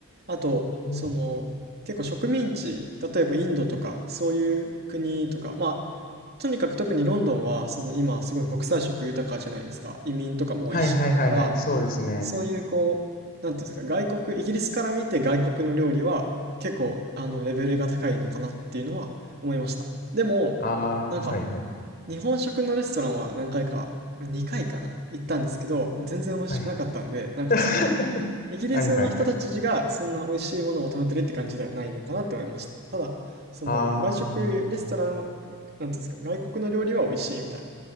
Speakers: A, on the right; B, on the left.
A: あと、
B: うん。
A: その、結構植民地、例えばインドとかそういう国とか、まあとにかく特にロンドンはその今すごい国際色豊かじゃないですか。移民とかも多いし。
B: はいはいはいはい。
A: だから、
B: そうですね。
A: そういうこう、なんていうんですか、外国、イギリスから見て外国の料理は結構あのレベルが高いのかなっていうのは思いました。でも、
B: ああ、
A: なんか
B: はいはい。
A: 日本食のレストランは何回か、2回かな、行ったんですけど、もう全然美味しくなかったんで、
B: はいはい。
A: なんかその、
B: <laughs>
A: イギリスの人たちがそんな美味しいものを求めてるって感じではないのかなって思いました。
B: はいはいはい。
A: ただ、その外食、
B: ああ。
A: レストランは、なんていうんですか、外国の料理は美味しいみたいな。